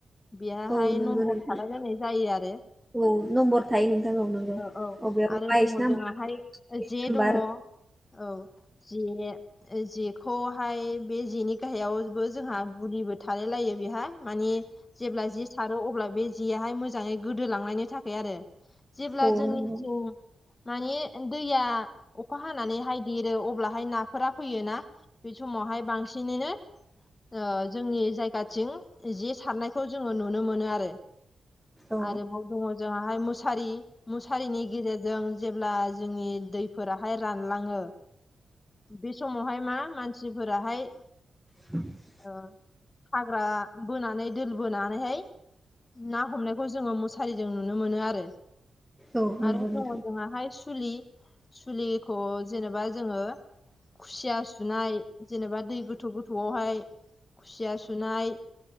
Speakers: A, on the left; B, in the centre.
A: बेयहाय
B: औ नंगौ
A: नम्बर
B: नोंथां
A: थालायलायनाय जायो आरो
B: औ नम्बर थायो नोंथां नंगौ
A: औ औ
B: अबेयाबा
A: आरो
B: बाइस
A: दङ
B: नाम्बार
A: जोंहाय
B: तेइस
A: जे
B: नाम्बार
A: दङ औ जे जेखौहाय बे जेनि गाहायावबो जोंहा गुलिबो थालाय लायो बेहा माने जेब्ला जे सारो अब्ला बे जेयाहाय मोजाङै गोदोलांनायनि थाखाय आरो जेब्ला
B: औ
A: जोंनिथिं
B: नंगौ
A: माने दैया अखा हानानैहाय देरो अब्लाहाय नाफोरा फैयो ना बे समावहाय बांसिनैनो ओ जोंनि जायगाथिं जे सारनायखौ जोङो नुनो मोनो आरो
B: औ
A: आरोबाव दङ जोंहाहाय मुसारि मुसारिनि गेजेरजों जेब्ला जोंनि दैफोराहाय रानलाङो बे समावहाय मा मानसिफोराहाय
B: <inaudible>
A: ओ हाग्रा बोनानै दोल बोनानैहाय ना हमनायखौ जोङो मुसारिजों नुनो मोनो आरो
B: औ नंगौ
A: आरो
B: नोंथां
A: दङ जोंहाहाय सुलि सुलिखौ जेनेबा जोङो खुसिया सुनाय जेनेबा दै गोथौ गोथौआवहाय खुसिया सुनाय